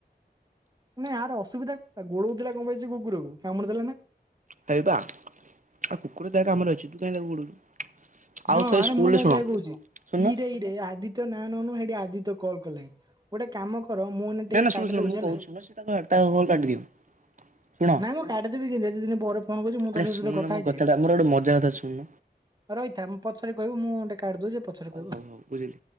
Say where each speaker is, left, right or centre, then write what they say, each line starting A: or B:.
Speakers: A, on the right (about 25°); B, on the right (about 50°).
A: ନ ଏହାର ଅସୁବିଧା ଗୋଡ ହଉଥିଲା କଣ ପାଇଁଛି କୁକୁରକୁ କାମୁଡି ଦେଥିଲା ନା
B: ହେଇବା। ଆଉ କୁକୁର ତା କାମରେ ଅଛି ତୁ କାହିଁ ତାକୁ ଗୋଡଉଛୁ
A: ହଁ
B: ଆଉ ଥରେ
A: ଆରେ
B: ସ୍କୁଲରେ
A: ମୁଁ ତ
B: ଶୁଣ
A: ଯ କହୁଛି
B: ଶୁଣୁନ
A: ଇରେ ଇ ଆଦିତ୍ୟ ନା ନନୁ ଆଦିତ୍ୟ କଲ୍ କଲେ ଗୋଟେ କାମ ମୁଁ ଟିକେ
B: ନା ନା
A: କାଟି
B: ଶୁଣ ଶୁଣ
A: ଦଉଛି
B: ମୁଁ
A: ହେଲା
B: କହୁଛି ଶୁଣ ସେ ତାକୁ ତା କଲ୍ କାଟିଦିଅ ଶୁଣ
A: ନାଇଁ ମୁଁ କାଟିଦବି ଦିନ ପରେ ଫୋ କରି
B: ଆରେ ଶୁଣୁନ
A: ଦ କଥା
B: ମୋ
A: ହେଇଯ
B: କଥାଟା ମୋର ଗୋଟେ ମଜା କଥା ଶୁଣୁନ
A: ରହିଥା ମୁଁ ପଛରେ କହିବୁ ମୁଁଣ୍ଡ କାର୍ଡ ଦ ଯ ପଛରେ
B: ହଉ
A: କହିବ
B: ହଉ ହଉ ବୁଝିଲି।